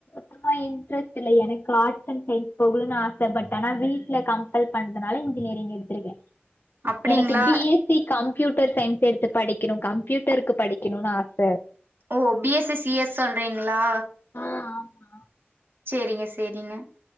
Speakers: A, on the left; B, on the right.
A: த்துமா இன்ட்ரெஸ்ட் இல்லே எனக்கு ஆர்ட்ஸ் அண் சயின்ஸ் போகுணுனு ஆசை பட் ஆனா வீட்ல கம் பல் பண்துனால இன்ஜினியரிங் எட்த்ருக்கே
B: அப்டிங்ளா
A: எனக்கு B S C computer science எடுத்து படிக்கணு கம்ப்யூட்டருக்கு படிக்கணுனு ஆச
B: ஓ B S C C S சொல்றீங்ளா
A: ஆ ஆமா ஆம்
B: ச்சேரிங்க செரிங்க